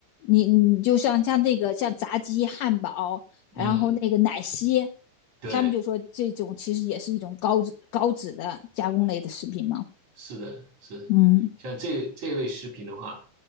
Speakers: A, on the left; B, on the right.
A: 你你就像像那个像炸鸡、汉堡，然后那个奶昔，
B: 嗯，对。
A: 他们就说这种其实也是一种高脂高脂的加工类的食品嘛。
B: 是的，是的，
A: 嗯
B: 像这这一类食品的话，